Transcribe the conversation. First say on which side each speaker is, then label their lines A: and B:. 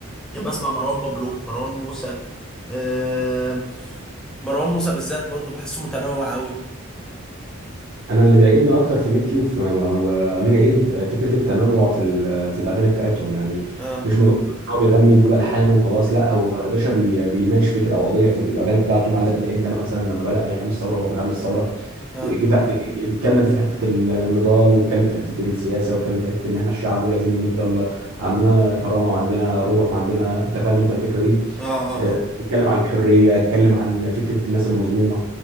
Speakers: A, in the centre; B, on the right (about 70°).
A: يعني بسمع مروان بابلو مروان موسى آه، مروان موسى بالذات برضو بحسه متنوع قوي
B: انا اللي بيعجبني اكتر في ميكي وفي وامير عيد آه، فكره التنوع في ال... في الاغاني بتاعتهم يعني
A: اه
B: مش مجرد ان هو بيغني بيقول الحان وخلاص لا هو يا باشا بي... بيناقش فكره او قضيه في الاغاني بتاعته عندك امير عيد ده مثلا لما بدا ايام الثوره هو من قبل الثوره
A: اه
B: كده اتكلم في حته النضال واتكلم في حته السياسه واتكلم في حته ان احنا الشعب ولازم نفضل عندنا كرامه وعندنا روح وعندنا انت فاهم انت الفكره دي
A: اه اه
B: آه،
A: آه.
B: اتكلم عن الحريه اتكلم عن فكره الناس المظلومه